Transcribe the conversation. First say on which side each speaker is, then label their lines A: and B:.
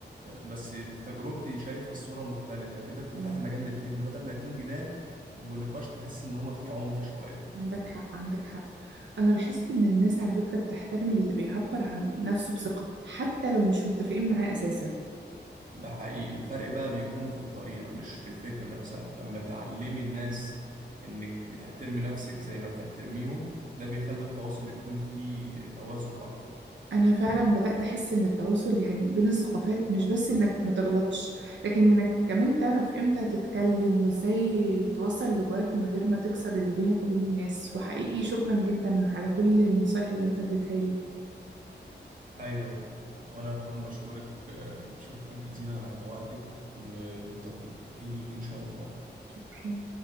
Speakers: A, on the right (about 45°); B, on the right (about 85°).
A: بس في تجربتي شايفة الصورة مختلفة كده بتفتحي
B: مم.
A: مجال للفهم بدل ما يكون جدال ونقاش تحس إن هو فيه عنف شوية
B: عندك حق عندك حق أنا لاحظت إن الناس على فكرة بتحترم اللي بيعبر عن نفسه بثقة حتى لو مش متفقين معاه أساسا
A: ده حقيقي الفرق بقى بيكون في الطريقة مش في الفكرة نفسها أما تعلمي الناس إنك بتحترمي نفسك زي ما بتحترميهم ده بيخلي التواصل يكون فيه توازن أكتر
B: أنا فعلا بدأت أحس إن التواصل يعني بين الثقافات مش بس إنك ما تغلطش لكن إنك كمان تعرف إمتى تتكلم وإزاي توصل اللي جواك من غير ما تكسر اللي بينك وبين الناس وحقيقي شكرا جدا على كل النصايح اللي أنت اديتها لي
A: أيوة وأنا كمان بشكرك آه، شكرا جزيلا على وقتك وبالتوفيق ليك إن شاء الله
B: شكرا